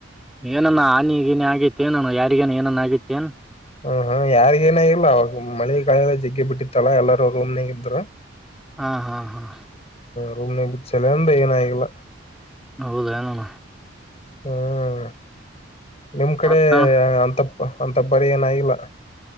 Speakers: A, in the centre; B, on the left (about 35°).
A: ಏನಾನ ಆನಿಗಿನ ಆಗೈತಿ ಏನ ಯಾರ ಗ ಏನನ್ ಆಗೈತೆ ಏನ್
B: ಹ ಹಾ ಯಾರಿಗ ಏನಾಗಿಲ್ಲ ಅವಾಗ ಮಳೆ ಕಾಲ ಜಗ್ಗೆಿ ಬಿಟ್ಟಿತ್ತಲ್ಲಾ ಎಲ್ಲಾರೂ ರೂಮ್ನಾಗ ಇದ್ರು
A: ಹಾ ಹಾ ಹಾ
B: ರೂಮ್ ನ್ಯಾಗ ಇದ್ದ ಸಾಲ್ಯಗ ಏನು ಆಗಿಲ್ಲ
A: ಹೌದಾನಣ
B: ಹ್ಮ್ ನಿಮ್ ಕಡೆ
A: ಮತ್ತಣ
B: ಅಂತ ಅಂತ ಪರಿ ಏನು ಆಗಿಲ್ಲ